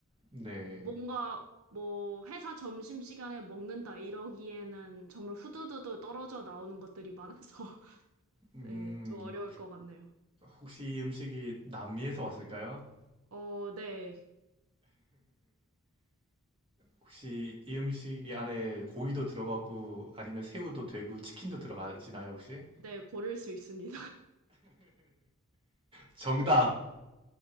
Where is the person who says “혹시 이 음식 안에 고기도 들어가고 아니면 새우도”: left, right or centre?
Right